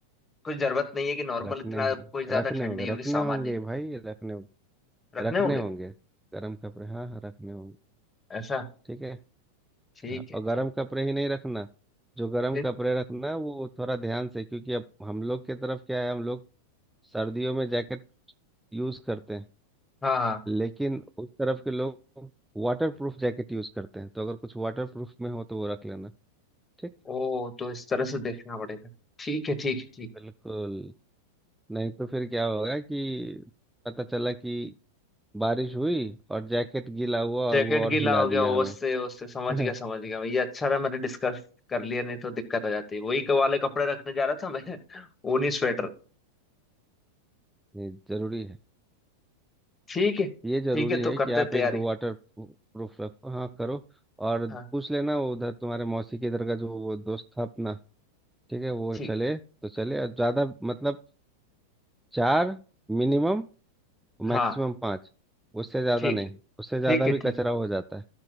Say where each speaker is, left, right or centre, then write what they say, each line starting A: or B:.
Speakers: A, on the left (about 15°); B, in the centre.
A: कुछ जरूरत नहीं है कि नॉर्मल
B: रखने
A: इतना
B: हो
A: कोई ज्यादा
B: रखने
A: ठंड
B: होंगे
A: नहीं होगी
B: रखने
A: सामान्य
B: होंगे भाई रखने होंगे
A: रखने
B: रखने
A: होंगे
B: होंगे गरम कपड़े हाँ हाँ रखने होंगे
A: ऐसा
B: ठीक है
A: ठीक
B: हाँ,
A: है
B: और गरम
A: ठीक
B: कपड़े ही नहीं रखना जो गरम
A: फिर
B: कपड़े रखना वो थोड़ा ध्यान से क्योंकि अब हम लोग के तरफ क्या है हम लोग सर्दियों में जैकेट यूज़ करते हैं
A: हाँ हाँ
B: लेकिन उस तरफ के लोग वाटर प्रूफ जैकेट यूज़ करते हैं तो अगर कुछ वाटर प्रूफ में हो तो वो रख लेना ठीक
A: ओ तो इस तरह से देखना पड़ेगा ठीक है ठीक है ठीक
B: बिल्कुल नहीं तो फिर क्या होगा कि पता चला कि बारिश हुई और जैकेट गीला हुआ
A: जैकेट
B: और वो और
A: गीला
B: हिला
A: हो गया
B: दिया
A: उससे
B: हमें
A: उससे समझ
B: <laughs>
A: गया समझ गया भैया अच्छा रहा मैंने डिस्कस कर लिया नहीं तो दिक्कत हो जाती वही क- वाले कपड़े रखने जा रहा था मैं <laughs> ऊनी स्वेटर
B: ये जरूरी है
A: ठीक है ठीक
B: ये जरूरी
A: है
B: है
A: तो
B: कि
A: करते
B: आप
A: तैयारी
B: एक दो वाटर प्रूफ रखो हाँ करो और
A: हाँ
B: पूछ लेना वो उधर तुम्हारे मौसी के इधर का जो वो दोस्त था अपना ठीक है वो
A: ठीक
B: चले तो चले और ज़्यादा मतलब चार मिनिमम
A: है हाँ
B: मैक्सिमम पाँच उससे ज़्यादा
A: ठीक
B: नहीं
A: है
B: उससे ज़्यादा
A: ठीक है
B: भी
A: ठीक
B: कचरा हो जाता है